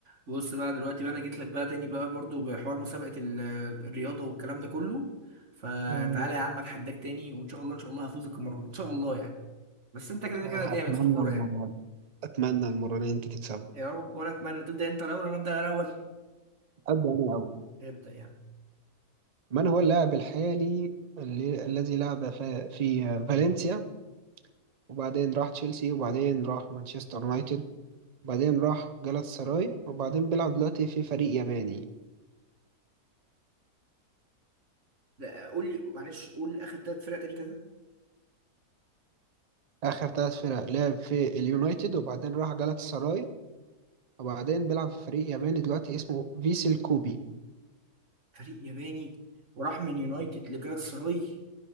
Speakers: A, on the right; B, on the right.
A: بص بقى دلوقتي بقى انا جيت لك بقى تاني بقى برضو بحوار مسابقة ال- الرياضة والكلام ده كله فتعالى
B: مم.
A: يا عم اتحداك تاني وان شاء الله ان شاء الله هفوزك المرة دي ان شاء الله يعني بس انت كده
B: أتمنى
A: كده جامد في الكورة
B: المرة
A: يعني
B: دي أتمنى المرة دي أنت تكسبه
A: يا رب وانا اتمنى تبدأ انت الاول ولا ابدأ انا الاول
B: أبدأ أنا أول
A: ابدأ يعني
B: من هو اللاعب الحالي اللي- الذي لعب في في فالنسيا وبعدين راح تشيلسي وبعدين راح مانشستر يونايتد وبعدين راح جالاتا سراي وبعدين بيلعب دلوقتي في فريق ياباني
A: ده قول لي معلش قول اخر ثلاث فرق تاني كده
B: آخر ثلاث فرق لعب في اليونايتد وبعدين راح جالاتا سراي وبعدين بيلعب في فريق ياباني دلوقتي اسمه فيسل كوبي
A: فريق ياباني وراح من يونايتد لجالات سراي